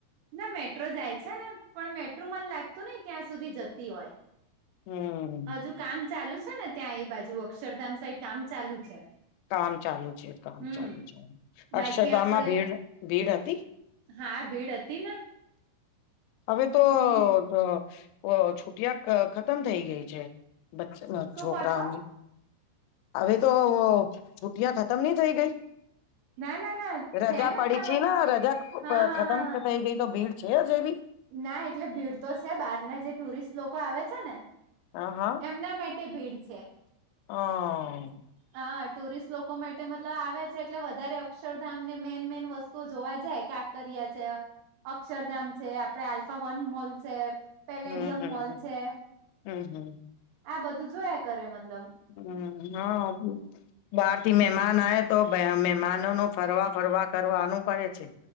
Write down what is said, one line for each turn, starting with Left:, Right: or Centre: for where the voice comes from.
Right: ના મેટ્રો જાય છે ને પણ મેટ્રો મન લાગતું નઈ ત્યાં સુધી જતી હોય
Left: હમ
Right: હજુ કામ ચાલુ છે ને ત્યાં એ બાજુ અક્ષરધામ સાઈડ કામ ચાલુ છે.
Left: કામ ચાલુ છે કામ
Right: હમ
Left: ચાલુ છે અક્ષધામાં
Right: બાકી આપડે
Left: ભીડ ભીડ હતી
Right: હા ભીડ હતી ને
Left: હવે તો
Right: ભીડ
Left: અ કે છુટિયા ખતમ થઈ ગઈ છે બચેલા
Right: શું
Left: છોકરાઓને
Right: કહો છો
Left: હવે તો છુટિયા ખતમ નઈ થઇ ગઈ
Right: ના ના ના
Left: રજા
Right: છે ને
Left: પડી
Right: ત્યાં
Left: છે
Right: મતલબ
Left: ન રજા
Right: હા હા
Left: ખતમ
Right: હા હા
Left: થઈ ગઈ તો ભીડ છે હ જે એ બી
Right: ના એટલે ભીડ તો છે બહાર ના જે ટુરિસ્ટ લોકો આવે છે ને
Left: હ હા
Right: એમના માટે ભીડ છે.
Left: અમ
Right: હા ટુરિસ્ટ લોકો માટે મતલબ આવે છે એટલે વધારે અક્ષરધામ ને મેન મેન વસ્તુઓ જોવા જાય કા કાંકરિયા છે, અક્ષરધામ છે, આપડે આલ્ફા વન મોલ છે. પેલેડિયમ
Left: હમ હમ
Right: મોલ છે
Left: હમ હમ
Right: આ બધું જોયા કરે મતલબ.
Left: હમમ હા બાર થી મે માંન આવે તો મહે મહેમાનો નું ફરવા ફરવા કરવાનું પડે છે.